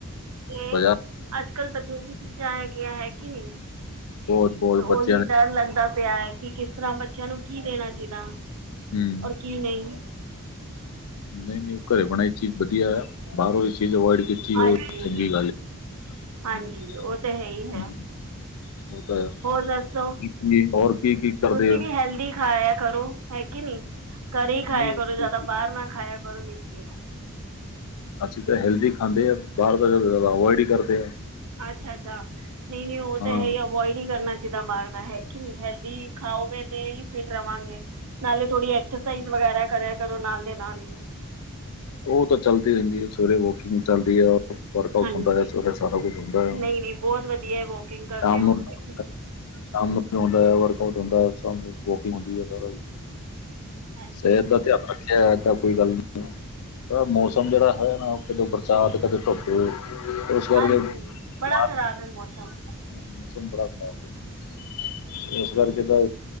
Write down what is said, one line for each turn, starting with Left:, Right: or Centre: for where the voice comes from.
Right: ਅਤੇ
Left: ਬਜਾ
Right: ਅੱਜ ਕੱਲ ਬਥੇਰੀ ਚੀਜ਼ਾਂ ਹੈਗੀਆਂ ਹੈ ਕਿ ਨਹੀਂ ਤੇ
Left: ਬਹੁਤ ਬਹੁਤ
Right: ਉਹੀ
Left: ਬੱਚਿਆਂ ਨੇ
Right: ਡਰ ਲੱਗਦਾ ਪਿਆ ਹੈ ਕਿ ਕਿਸ ਤਰ੍ਹਾਂ ਬੱਚਿਆਂ ਨੂੰ ਕੀ ਦੇਣਾ ਚਾਹੀਦਾ।
Left: ਹਮ
Right: ਹੋਰ ਕੀ ਨਹੀ।
Left: ਨਹੀ-ਨਹੀ ਉਹ ਘਰੇ ਉਹ ਬਣਾਈ ਚੀਜ਼ ਵਧੀ ਆ ਬਾਹਰ ਇਹ ਚੀਜ਼ ਅਵੋਇਡ ਕੀਤੀ
Right: ਹਾਂਜੀ-ਹਾਂਜੀ
Left: ਉਹ ਚੰਗੀ ਗੱਲ ਐ।
Right: ਉਹ ਤਾਂ ਹੈ ਹੀ
Left: ਹੂੰ,
Right: ਹੈ।
Left: ਉਹ ਤਾਂ
Right: ਹੋਰ ਦੱਸੋ
Left: ਹੈ। ਹੋਰ ਕੀ ਕੀ ਕਰਦੇ
Right: ਤੁਸੀਂ
Left: ਹੋ
Right: ਵੀ ਹੈਲਦੀ ਖਾਇਆ ਕਰੋ। ਹੈ ਕਿ ਨੀ ਘਰੇ ਹੀ ਖਾਇਆ
Left: ਨਹੀਂ
Right: ਕਰੋ ਜਾਦਾ ਬਾਹਰ ਨਾ ਖਾਇਆ ਕਰੋ ਵੀਰ ਜੀ।
Left: ਅਸੀਂ ਤਾਂ ਹੈਲਦੀ ਖਾਂਦੇ ਆ ਬਾਹਰ ਤਾਂ ਜਾਦਾ-ਜਾਦਾ ਅਵੋਇਡ ਹੀ ਕਰਦੇ ਆ।
Right: ਅੱਛਾ-ਅੱਛਾ ਨਹੀ-ਨਹੀ ਉਹ
Left: ਹਾਂ
Right: ਤਾਂ ਹੈ ਅਵੋਇਡ ਹੀ ਕਰਨਾ ਦਾ ਮਾਰਦਾ ਹੈ ਕਿ ਨਹੀਂ ਹੈਲਦੀ ਖਾਓਗੇ ਤੇ ਹੀ ਫਿਟ ਰਵਾਂਗੇ। ਨਾਲੇ ਥੋੜ੍ਹੀ ਐਕਸਰਸਾਈਜ਼ ਵਗੈਰਾ ਕਰਿਆ ਕਰੋ ਨਾਲ ਦੇ ਨਾਲ ਹੀ।
Left: ਉਹ ਤਾਂ ਚੱਲਦੀ ਰਹਿੰਦੀ ਹੈ ਸਵੇਰੇ ਵੋਕਿੰਗ ਚੱਲਦੀ ਹੈ। ਵਰਕ ਆਊਟ
Right: ਹਾਂਜੀ
Left: ਹੁੰਦਾ ਹੈ ਸਵੇਰੇ ਸਾਰਾ ਕੁਛ ਹੁੰਦਾ ਹੈ
Right: ਨਹੀਂ ਨਹੀਂ ਬਹੁਤ ਵਧੀਆ ਵੋਕਿੰਗ ਕਰਦੇ
Left: ਸ਼ਾਮ
Right: ਹੋ
Left: ਨੂੰ
Right: ਹੈ ਕਿ ਨਹੀਂ
Left: ਸ਼ਾਮ ਨੂੰ ਵੀ ਹੁੰਦਾ ਹੈ ਵਰਕ ਆਊਟ ਹੁੰਦਾ ਸ਼ਾਮੀ ਵੋਕਿੰਗ ਹੁੰਦੀ ਹੈ ਸਾਰਾ
Right: ਹਾਂਜੀ
Left: ਸਿਹਤ ਦਾ ਧਿਆ ਅੱਛਾ ਏਦਾਂ ਕੋਈ ਗੱਲ ਨੀ ਮੌਸਮ ਜਿਹੜਾ ਹੈ ਨਾ ਕਦੇ ਬਰਸਾਤ ਕਦੇ ਧੁੱਪ ਇਸ ਕਰਕੇ
Right: ਹਾਂਜੀ
Left: <inaudible>
Right: ਬੜਾ ਖਰਾਬ ਹੈ ਮੌਸਮ
Left: ਮੌਸਮ ਬੜਾ ਖਰਾਬ <unintelligible> ਇਸ ਕਰਕੇ ਤਾਂ